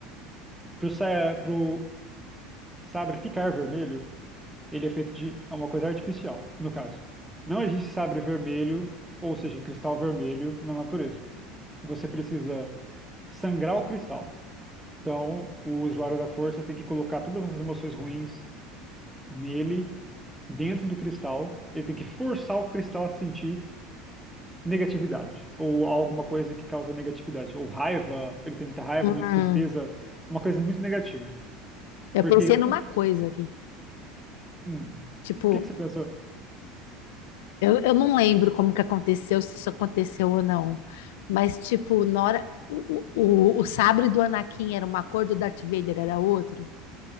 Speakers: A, in the centre; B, on the left.
A: pro, sa- pro sabre ficar vermelho, ele é feito de é uma coisa artificial, no caso. Não existe sabre vermelho, ou seja, cristal vermelho, na natureza. Você precisa sangrar o cristal. Então, o usuário da força tem que colocar todas as emoções ruins nele, dentro do cristal. Ele tem que forçar o cristal a sentir negatividade, ou alguma coisa que causa negatividade, ou raiva. Ele tem muita raiva,
B: Hum,
A: muita tristeza, uma coisa muito negativa.
B: eu
A: Porque,
B: pensei numa coisa aqui.
A: hum,
B: Tipo,
A: o que que você pensou?
B: eu, eu não lembro como que aconteceu, se isso aconteceu ou não. Mas, tipo, na hora. O, o, o o sabre do Anakin era uma cor, do Darth Vader era outro.